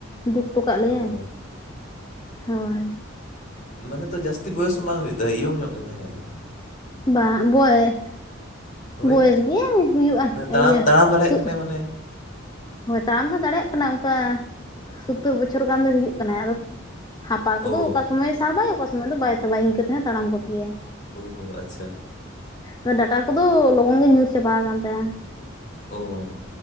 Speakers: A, on the left (about 20°); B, on the left (about 40°).
A: ᱫᱩᱠ ᱴᱚ ᱠᱟᱜ ᱞᱮᱭᱟᱭ
B: ᱚ
A: ᱦᱳᱭ
B: ᱢᱟᱱᱮ ᱛᱚ ᱡᱟᱹᱥᱛᱤ ᱵᱚᱭᱚᱥ ᱦᱚᱸ ᱵᱟᱝ ᱦᱩᱭᱩᱜ ᱛᱟᱭᱟ ᱤᱭᱳᱝ ᱧᱚᱜ ᱜᱮ ᱛᱟᱦᱮᱸ ᱠᱟᱱᱟᱭ
A: ᱵᱟᱝ <unintelligible>
B: ᱦᱳᱭ
A: ᱵᱚᱭᱮᱥ ᱜᱮᱭᱟ ᱦᱩᱭᱩᱜᱼᱟ
B: ᱢᱟᱱᱮ ᱛᱟᱲᱟᱢ
A: ᱤᱭᱟᱹ
B: ᱛᱟᱲᱟᱢ ᱫᱟᱲᱮᱭᱟᱜ
A: ᱥᱩ
B: ᱠᱟᱱᱟᱭ ᱢᱟᱱᱮ
A: ᱦᱳᱭ ᱛᱟᱲᱟᱢ ᱫᱚ ᱫᱟᱲᱮᱭᱟᱜ ᱠᱟᱱᱟ ᱚᱱᱠᱟ ᱥᱳᱛᱛᱳᱨ ᱵᱚᱪᱷᱚᱨ ᱜᱟᱱ ᱫᱚᱭ ᱦᱩᱭᱩᱜ ᱠᱟᱱᱟᱭ ᱟᱫᱚ ᱦᱟᱯᱟ ᱠᱚᱫᱚ
B: ᱳ
A: ᱚᱠᱟ ᱥᱚᱢᱚᱭ ᱥᱟᱵᱟᱭ ᱚᱠᱟ ᱥᱚᱢᱚᱭ ᱫᱚ ᱵᱟᱭ ᱥᱟᱵᱟᱭ ᱤᱱᱠᱟᱹ ᱛᱮᱦᱚᱸ ᱛᱟᱲᱟᱢ ᱜᱚᱫ ᱜᱮᱭᱟᱭ
B: ᱚᱦᱳ ᱟᱪᱪᱷᱟ
A: ᱟᱫᱚ ᱰᱟᱴᱟ ᱠᱚᱫᱚ ᱞᱚᱜᱚᱱ ᱜᱮ ᱧᱩᱨ ᱪᱟᱵᱟ ᱟᱠᱟᱱ ᱛᱟᱭᱟ
B: ᱚ